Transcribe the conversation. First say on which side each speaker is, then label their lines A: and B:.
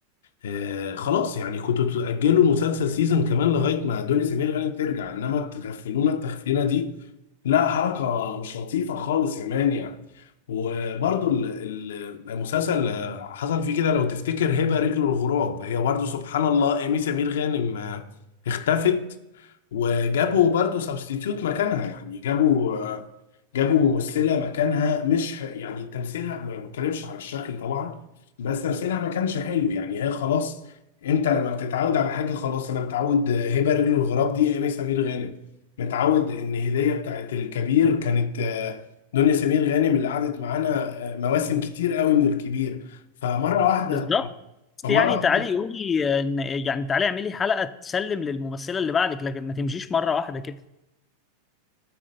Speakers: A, on the left (about 75°); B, on the left (about 20°).
A: آه خلاص يعني كنتوا تأجلوا المسلسل سيزون كمان لغاية ما دنيا سمير غانم ترجع انما تغفلونا التغفيلة دي لا حركة مش لطيفة خالص يا مان يعني وبرضو ال- ال- المسلسل آه، حصل فيه كده لو تفتكر هبة رجل الغراب هي برضو سبحان الله أمي سمير غانم آه، اختفت وجابوا برضو سبستيتيوت مكانها يعني جابوا آه، جابوا ممثله مكانها مش يعني تمثيلها ما بتكلمش على الشكل طبعا بس تمثيلها ما كانش حلو يعني هي خلاص انت لما بتتعود على حاجه خلاص انا متعود آه، هبه رجل الغراب دي ايمي سمير غانم متعود ان هديه بتاعت الكبير كانت آه، دنيا سمير غانم اللي قعدت معانا آه، مواسم كتير قوي من الكبير فمره واحده
B: بالظبط بس
A: فمره
B: يعني تعالي
A: واحده
B: قولي إن- يعني تعالي اعملي حلقة تسلم للممثلة اللي بعدك لكن ما تمشيش مرة واحدة كده